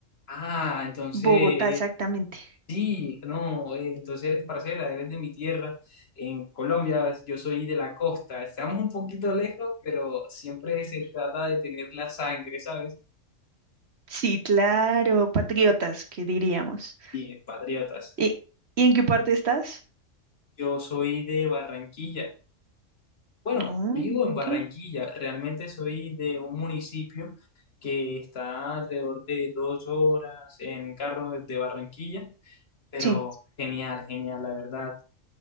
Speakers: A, on the left (about 55°); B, on the right (about 55°).
A: Ah, entonces,
B: Bogotá
A: eh,
B: exactamente.
A: sí, no, eh, entonces eres parcera, eres de mi tierra, en Colombia, yo soy de la costa, estamos un poquito lejos, pero siempre se trata de tener la sangre, ¿sabes?
B: Sí, claro, patriotas, que diríamos.
A: Y patriotas.
B: ¿Y, y en qué parte estás?
A: Yo soy de Barranquilla. Bueno,
B: Mm,
A: vivo en
B: ok.
A: Barranquilla. Realmente soy de un municipio que está alrededor de dos horas en carro desde Barranquilla, pero
B: Sí,
A: genial, genial, la verdad.